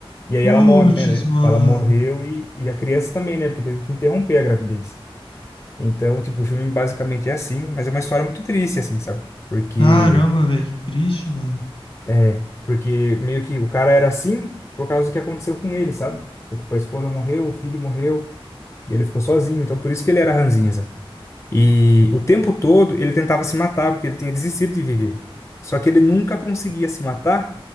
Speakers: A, on the left (about 30°); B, on the left (about 70°).
A: E aí
B: Putz,
A: ela morre, né?
B: mano.
A: né? Ela morreu e, e a criança também, né? Porque teve que interromper a gravidez. Então, tipo, o filme basicamente é assim, mas é uma história muito triste, assim, sabe? Porque,
B: Caramba, velho, que triste, mano.
A: é, porque meio que o cara era assim por causa do que aconteceu com ele, sabe? Tipo, a esposa morreu, o filho morreu, e ele ficou sozinho, então por isso que ele era ranzinza. E o tempo todo ele tentava se matar, porque ele tinha desistido de viver. Só que ele nunca conseguia se matar,